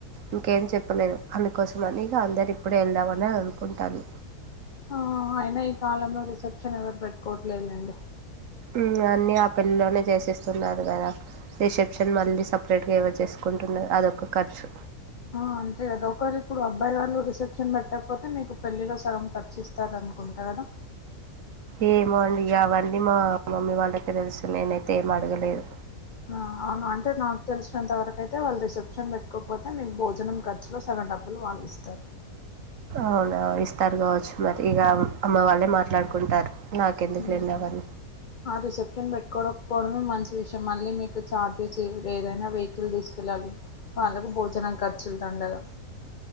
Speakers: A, on the right (about 60°); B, on the left (about 40°).
A: ఇంకేం చెప్పలేదు అందుకోసం అనిక అందరు ఇప్పుడే వెళ్దామని అని అనుకుంటారు
B: ఆ అయినా ఈ కాలంలో రిసెప్షన్ ఎవరు పెట్టుకోట్లేదుండి
A: ఉ అన్ని ఆ పెళ్లిలోనే చేసేస్తున్నారు కదా రిసెప్షన్ మళ్ళీ సపరేట్ గా ఏవో చేసుకున్ ఉంటున్నది అదొక ఖర్చు
B: ఆ అంతే కదా ఒకవేళ ఇప్పుడు అబ్బాయి వాళ్ళు రిసెప్షన్ పెట్టకపోతే మీకు పెళ్ళిలో సగం ఖచిస్తార అనుకుంటా కదా
A: ఏమో అండి ఇగ అవన్నీ మా మమ్మీ వాళ్ళకి తెలుసు నేనైతే ఏమి అడగలేదు
B: ఆ అవును అంటే నాకు తెలిసినంత వరకు అయితే వాళ్ళు రిసెప్షన్ పెట్టుకోకపోతే మీకు భోజనం ఖర్చులో సగం డబ్బులు వాళ్ళిస్తారు
A: అవునా ఇస్తారు కావచ్చు మరి ఇక అమ్మ వాళ్ళే మాట్లాడుకుంటారు నాకెందుకులేండి
B: హు
A: అవన్నీ
B: ఆ రిసెప్షన్ పెట్టుకోకపోవడమే మంచి విషయం మళ్ళీ మీకు చార్జెస్ ఏదైనా వెహికల్ తీసుకెళ్లాలి వాళ్లకు భోజనం క చ్చు తండగా